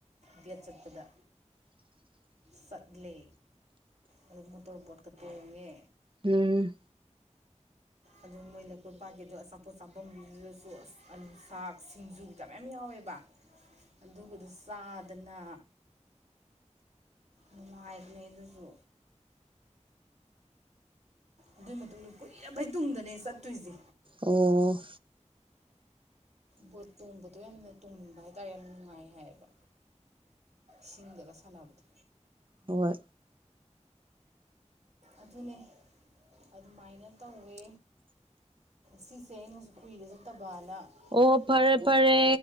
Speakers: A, on the right; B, on the right.
A: ꯗꯦꯠ ꯆꯠꯄꯗ
B: <inaudible>
A: ꯆꯠꯂꯦ ꯑꯗꯨ ꯃꯣꯇꯣꯔ ꯕꯣꯠꯀ ꯇꯣꯡꯉꯦ
B: ꯎꯝ
A: ꯑꯗꯨ ꯃꯣꯏꯅ ꯀꯣꯏꯄꯥꯒꯤꯗꯣ ꯑꯆꯥꯄꯣꯠ ꯆꯥꯐꯝꯒꯤꯗꯨꯗꯁꯨ ꯑꯂꯨ ꯆꯥꯛ ꯁꯤꯡꯖꯨ ꯃ ꯌꯥꯝ ꯌꯥꯎꯋꯦꯕ ꯑꯗꯨꯒꯗ ꯆꯥꯗꯅ ꯅꯨꯡꯉꯥꯏꯕꯅꯦ ꯑꯗꯨꯁꯨ ꯑꯗꯨꯏ ꯃꯇꯨꯡꯗ ꯀꯨꯏꯔꯕꯩ ꯇꯨꯡꯗꯅꯦ ꯆꯠꯇꯣꯏꯁꯦ
B: ꯑꯣ
A: ꯕꯣꯠ ꯇꯣꯡꯕꯗꯣ ꯌꯥꯝꯅ ꯇꯣꯡꯅꯤꯡꯕ ꯍꯥꯏꯇꯥꯔꯦ ꯌꯥꯝ ꯅꯨꯡꯉꯥꯏ ꯍꯥꯏꯌꯦꯕ ꯁꯤꯡꯗꯒ ꯁꯥꯟꯅꯕꯗꯣ
B: ꯍꯣꯏ
A: ꯑꯗꯨꯅꯦ ꯑꯗꯨꯃꯥꯏꯅ ꯇꯧꯋꯦ ꯁꯤꯁꯦ ꯑꯩꯅꯁꯨ ꯀꯨꯏꯗ ꯆꯠꯇꯕꯅ
B: ꯑꯣ
A: ꯄꯨꯊꯣꯛꯑꯕ
B: ꯐꯔꯦ ꯐꯔꯦ